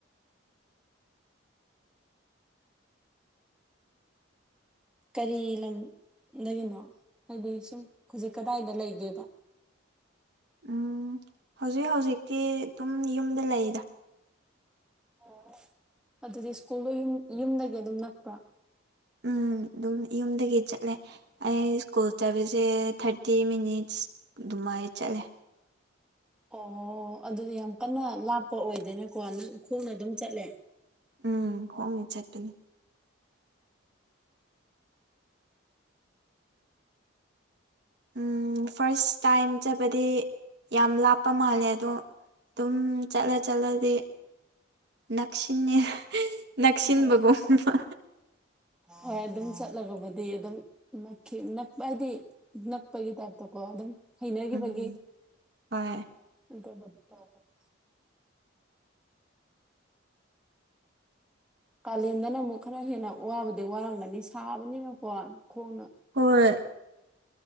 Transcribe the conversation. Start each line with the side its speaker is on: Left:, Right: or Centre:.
Centre: ꯀꯔꯤ ꯂꯝꯗꯒꯤꯅꯣ ꯍꯥꯏꯗꯤ ꯁꯨꯝ ꯍꯧꯖꯤꯛ ꯀꯗꯥꯏꯗ ꯂꯩꯒꯦꯕ
Right: ꯎꯝ ꯍꯧꯖꯤꯛ ꯍꯧꯖꯤꯛꯇꯤ ꯑꯗꯨꯝ ꯌꯨꯝꯗ ꯂꯩꯗ
Centre: ꯑꯣ ꯑꯗꯨꯗꯤ ꯁ꯭ꯀꯨꯜꯗꯣ ꯌꯨꯝ ꯌꯨꯝꯗꯒꯤ ꯑꯗꯨꯝ ꯅꯛꯄ꯭ꯔꯣ
Right: ꯎꯝ ꯑꯗꯨꯝ ꯌꯨꯝꯗꯒꯤ ꯆꯠꯂꯦ ꯑꯩ ꯁ꯭ꯀꯨꯜ ꯆꯠꯄꯁꯦ ꯊꯥꯔꯇꯤ ꯃꯤꯅꯤꯠꯁ ꯑꯗꯨꯃꯥꯏ ꯆꯠꯂꯦ
Centre: ꯑꯣ ꯑꯗꯨꯗꯤ ꯌꯥꯝ ꯀꯟꯅ ꯂꯥꯞꯄ ꯑꯣꯏꯗꯦꯅꯦꯀꯣ ꯅꯪ ꯈꯣꯡꯅ ꯑꯗꯨꯝ ꯆꯠꯂꯦ
Right: ꯎꯝ ꯈꯣꯡꯅ ꯆꯠꯄꯅꯤ ꯎꯝ ꯐꯔꯁ ꯇꯥꯏꯝ ꯆꯠ ꯕꯗꯤ ꯌꯥꯝ ꯂꯥꯞꯄ ꯃꯥꯜꯂꯦ ꯑꯗꯣ ꯑꯗꯨꯝ ꯆꯠꯂ ꯆꯠꯂꯗꯤ ꯅꯛꯁꯤꯟꯅꯦ ꯅꯛꯁꯤꯟꯕꯒꯨꯝꯕ
Centre: ꯍꯣꯏ ꯍꯣꯏ ꯑꯗꯨꯝ ꯆꯠꯂꯒꯕꯨꯗꯤ ꯑꯗꯨꯝ ꯅꯛꯈꯤ ꯅꯛꯄ ꯍꯥꯏꯗꯤ ꯅꯛꯄꯒꯤ ꯇꯥꯢꯞꯇ ꯀꯣ ꯑꯗꯨꯝ ꯍꯩꯅꯒꯤꯕꯒꯤ
Right: ꯎꯝ ꯍꯣꯏ
Centre: ꯑꯗꯨꯕꯨꯗꯤ ꯇꯧꯕꯅꯦ ꯀꯥꯂꯦꯟꯗꯅ ꯑꯃꯨꯛ ꯈꯔ ꯍꯦꯟꯅ ꯋꯥꯕꯨꯗꯤ ꯋꯥꯔꯝꯒꯅꯤ ꯁꯥꯕꯅꯤꯅꯀꯣ ꯈꯣꯡꯅ
Right: ꯍꯣꯏ